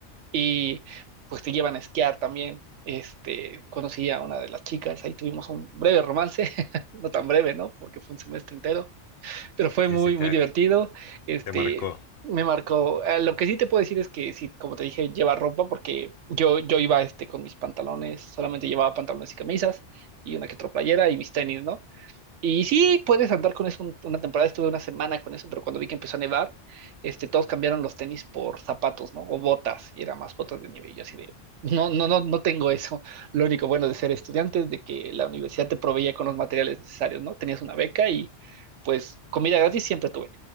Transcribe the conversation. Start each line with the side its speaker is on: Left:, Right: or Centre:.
Right: y pues te llevan a esquiar también. Este, conocí a una de las chicas, ahí tuvimos un breve romance, <laughs> no tan breve, ¿no? Porque fue un semestre entero, pero fue
Left: Sí,
Right: muy,
Left: sí, te,
Right: muy divertido. Este,
Left: te marcó.
Right: me marcó, eh, lo que sí te puedo decir es que sí, como te dije, lleva ropa porque yo, yo iba este, con mis pantalones, solamente llevaba pantalones y camisas y una que otra playera y mis tenis, ¿no? Y sí, puedes andar con eso. un- Una temporada estuve una semana con eso, pero cuando vi que empezó a nevar, este, todos cambiaron los tenis por zapatos, ¿no? O botas, y era más botas de nieve. Y yo así de, no, no, no, no tengo eso. Lo único bueno de ser estudiante es de que la universidad te proveía con los materiales necesarios, ¿no? Tenías una beca y pues comida gratis siempre tuve.